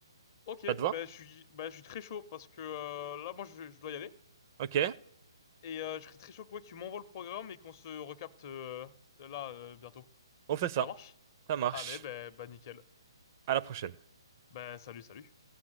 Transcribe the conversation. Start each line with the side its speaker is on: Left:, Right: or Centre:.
Left: Ok,
Right: Ça te va?
Left: ben je suis, ben, je suis très chaud parce que euh, là moi je, je dois y aller
Right: Ok,
Left: et euh, je serais très chaud que, ouais, que tu m'envoies le programme et qu'on se recapte euh, là euh, bientôt.
Right: on fait ça.
Left: Ça marche?
Right: Ça marche.
Left: Allez, ben, ben nickel.
Right: À la prochaine.
Left: Ben salut, salut.